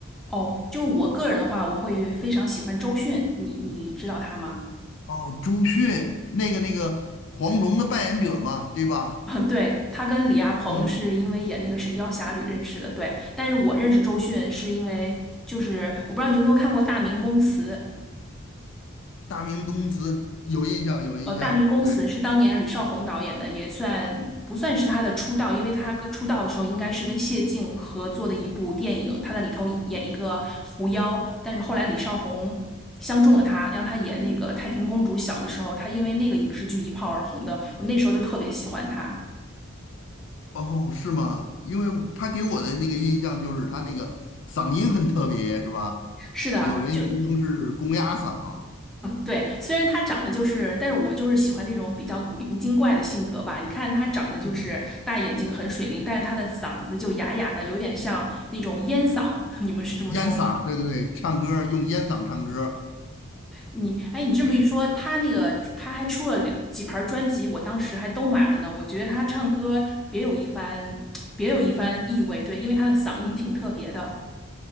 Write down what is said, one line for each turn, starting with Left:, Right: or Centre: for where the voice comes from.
Centre: 哦，就是我个人的话，我会非常喜欢周迅，你你知道他吗？
Left: 哦，周迅，那个那个黄蓉的扮演者嘛，对吧？
Centre: 嗯，对，他跟李亚鹏是因为演那个《神雕侠侣》认识的，
Left: 嗯，
Centre: 对。但是我认识周迅是因为，就是我不知道你有没有看过《大明宫词》，
Left: 大明宫词有印象，有印象，
Centre: 呃，《大明宫词》是当年李少红导演的，
Left: 对。
Centre: 也算不算是他的出道，因为他跟出道的时候应该是跟谢晋合作的一部电影，他在里头演一个狐妖，但是后来李少红相中了他，让他演那个太平公主。小的时候，他因为那个影视剧一炮而红的，我那时候就特别喜欢他。
Left: 哦，是吗？因为他给我的那个印象就是他那个嗓音很特别，是吧？
Centre: 是的，
Left: 有人自称是公鸭嗓，
Centre: 就对，虽然他长得就是，但是我就是喜欢那种比较古灵精怪的性格吧。你看他长得就是大眼睛，
Left: 嗯，
Centre: 很水灵，但是他的嗓子就哑哑的，有点像那种烟嗓。<laughs> 你们是这么说吗？
Left: 烟嗓，对对对，唱歌儿用烟嗓唱歌儿
Centre: 你，哎，你这么一说，
Left: 对，
Centre: 他那个他还出了两几盘专辑，我当时还都买了呢。我觉得他唱歌别有一番，别有一番意味。对，因为他的嗓音挺特别的。